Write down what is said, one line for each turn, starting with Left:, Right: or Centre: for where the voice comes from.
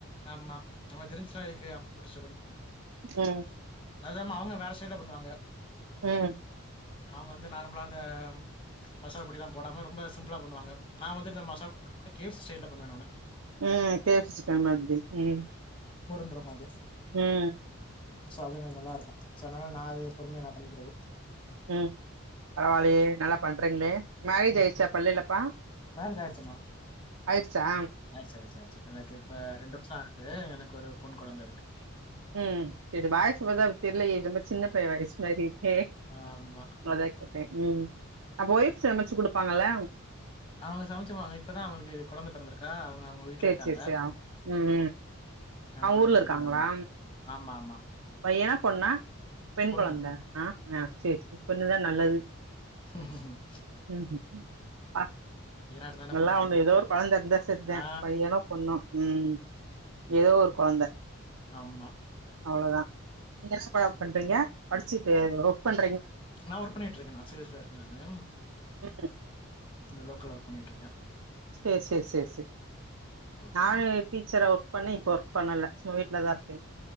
Left: ஆமா நமக் தெரிஞ்சுச்னா எதுக்கு அவுங்ள டிஸ்டர்ப் பண்ணிகிட்னு
Right: ம்
Left: அதில்லாம அவங்க வேற ஸ்டைல பண்ணுவாங்க
Right: ம்
Left: அவுங்க வந்து நார்மலா இந்த மசாலா பொடியெலா போடாம ரொம்ப சிம்பிளா பண்ணுவாங்க நா வந்து இந்த மசால் டு கே எஃப் சி ஸ்டைல்ல பண்ணுவே நானு
Right: உம் கே எஃப் சி சிக்கன் மாதிரி உம்
Left: ட்ருக்கு அது
Right: ம்
Left: சோ அது எனக்கு நல்லாருக்கு சோ அதனால நா அது பொறுமையா நா பண்ணிக்கிறது
Right: உம் பரவால்லியே நல்லா பண்றீங்ளே மேரேஜ்
Left: ம்
Right: ஆயிருச்சாபா இல்லலிப்பா
Left: மேரேஜ் ஆயிடுச்சுமா?
Right: ஆயிருச்சா
Left: ஆயிடுச்சு ஆயிடுச்சு ஆயிடுச்சு. எனக்கு இப்ப ரெண்டு வருஷ ஆகுது எனக்கு ஒரு பொண் கொழந்த இருக்கு
Right: உம் செரி வாய்ஸ் பத்தா அப்பி தெர்லியே ரொம்ப சின்ன பைய வாய்ஸ் மாரியிருக்கே
Left: ஆமா.
Right: அதா கேட்டே உம் அப்ப ஒய்ஃப் சமச்சு குடுப்பாங்கல்ல
Left: அவுங்க சமச்சுப்பாங்க இப்பதா அவுங்ளுக்கு கொழந்த பெறந்திருக்கா அவுங்க வீட்ல
Right: சேரி
Left: இருக்காங்க
Right: சேரி சேரி ஆ ம் ம்
Left: அதனால
Right: அவங்க ஊர்ல
Left: இப்பதைக்கு
Right: இருக்காங்களா
Left: நாந்தா ஆமா ஆமா
Right: பையனா பொண்ணா பெண்
Left: பொண்ணு.
Right: கொழந்த ஆ ஆ சேர் சே பொண்ணுதா நல்லது
Left: ம் ம் ம்
Right: ம் ஆ
Left: இருந்தா என்ன,
Right: நல்லா
Left: பொண்ணா இருந்தா
Right: ஒன்னு
Left: என்ன.
Right: ஏதோ ஒரு கொழந்த இருந்தா செரிதா
Left: ஆ.
Right: பையனோ பொண்ணோ உம் ஏதோ ஒரு கொழந்த
Left: ஆம்மா
Right: அவ்ளோதா நீங்க என்னப்பா பண்றீங்க படிச்சிட்டு ஒர்க் பண்
Left: நா ஒர்க் பண்ணிட்ருக்கே நா சேல்ஸ்லருக்கே நானு
Right: உம்
Left: இங்க லோக்கல்ல ஒர்க் பண்ணிட்ருக்கே
Right: சேர் சே சே சே
Left: ஓகே
Right: நானு
Left: மேம்.
Right: டீச்சரா ஒர்க் பண்ண இப்போ ஒர்க் பண்ணல சும்மாதா வீட்லதா இருக்கே